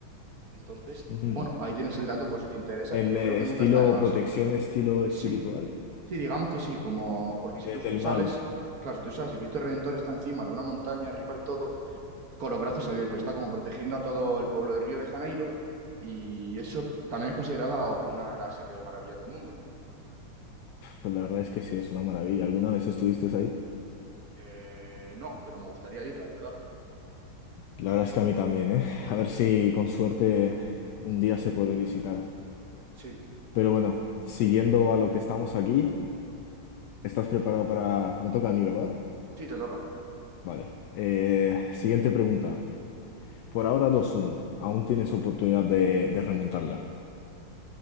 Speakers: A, on the right; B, on the left.
A: Entonces,
B: Ujú.
A: bueno, ahí tienes el dato por si te interesa,
B: El
A: que yo
B: eh,
A: creo que
B: estilo
A: nunca está de más.
B: protección, estilo espiritual
A: Sí, sí, digamos que sí, como, porque
B: de-
A: si tú
B: del
A: sabes,
B: mal.
A: claro, si tú sabes que Cristo Redentor está encima de una montaña, arriba del todo, con los brazos abiertos, está como protegiendo a todo el pueblo de Río de Janeiro y eso t- también es considerada una de las siete maravillas del mundo.
B: Pues la verdad es que sí, es una maravilla. ¿Alguna vez estuviste ahí?
A: Eh, no, pero me gustaría ir, la verdad.
B: La verdad es que a mí también, ¿eh? A ver si con suerte un día se puede visitar.
A: Sí,
B: Pero bueno, siguiendo a lo que estamos aquí, ¿estás preparado para... Me toca a mí, ¿verdad?
A: sí, te toca.
B: Vale. Eh, siguiente pregunta. Por ahora dos uno. Aún tienes oportunidad de, de remontarla.